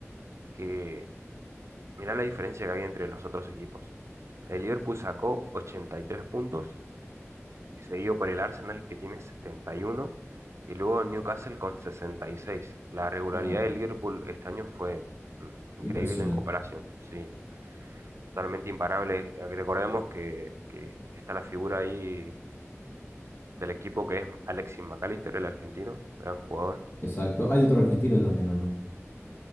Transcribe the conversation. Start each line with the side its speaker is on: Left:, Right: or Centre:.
Right: que mirá la diferencia que hay entre los otros equipos. El Liverpool sacó 83 puntos, seguido por el Arsenal que tiene 71, y uno, y luego el Newcastle con 66. La regularidad
Left: Ah,
Right: del Liverpool este año fue mm,
Left: impresionante.
Right: increíble en comparación, sí, totalmente imparable. Eh, Recordemos que, que está la figura ahí del equipo que es Alexis McAllister, el argentino, gran jugador.
Left: Exacto. ¿Hay otro argentino también o no?